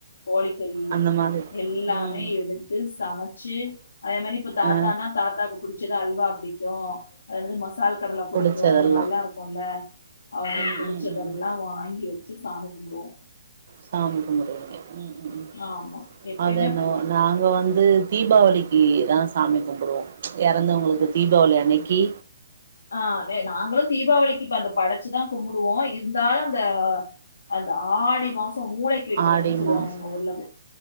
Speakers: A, on the left; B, on the right.
A: கோழிக்கறி
B: அந்த மாதிரி
A: எல்லா
B: ம்
A: எடுத்து சமைச்சி அதே மாரி இப்ப தாத்தானா
B: ஆ
A: தாத்தாக்கு குடுத் சுதா அல்வா புடிக்கு அது என்னது மசால் கடல புடிக்கு
B: புடிச்சதெல்லா
A: அந்த மாரிலா இருக்குல அவுங்களுக்கு
B: ம்
A: புடிச்சதெல்லா
B: ம் ம் ம்
A: வாங்கி வெ ச்சி சாமி கும்புடுவோ
B: சாமி கும்புடுவீங்க ம் ம் ம்
A: ஆமா எப்பயுமே
B: அத
A: அப்டிதா
B: என்னவோ நாங்க வந் து தீபாவளிக்குதா சாமி கும்பிடுவோ எறந்தவங்களுக்கு தீபாவளி அன்னிக்கி
A: ஆ அதே நாங்களு தீபாவளிக்கு இப்ப அந்த படைச்சுதா கும்புடுவோ இருந்தாலு அந்த அந்த ஆடி மாசோ மூளைக்கி வெக்கர்துன்னு
B: ஆடி
A: சொல்லுவாங்க
B: மாசோ
A: எங்க ஊர்லது